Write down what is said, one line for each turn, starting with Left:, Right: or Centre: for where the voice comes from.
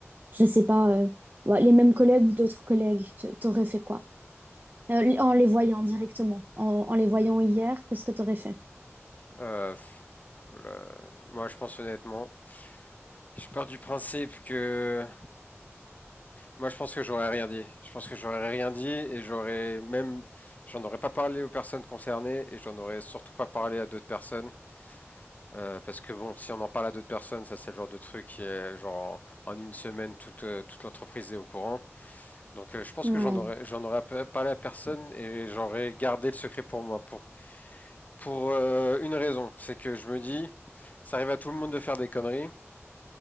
Right: je sais pas, euh, ouais, les mêmes collègues ou d'autres collègues, t- t'aurais fait quoi? Euh, en les voyant directement, en, en les voyant hier, qu'est-ce que tu aurais fait?
Left: Euh, là, moi je pense honnêtement, je pars du principe que Moi, je pense que j'aurais rien dit. Je pense que j'aurais rien dit et j'aurais même, j'en aurais pas parlé aux personnes concernées et j'en aurais surtout pas parlé à d'autres personnes. Euh, parce que bon, si on en parle à d'autres personnes, ça c'est le genre de truc qui est genre en, en une semaine toute euh, toute l'entreprise est au courant. Donc euh, je pense
Right: Ouais,
Left: que j'en aurais j'en aurais pas parlé à personne et j'aurais gardé le secret pour moi pour pour euh, une raison, c'est que je me dis ça arrive à tout le monde de faire des conneries.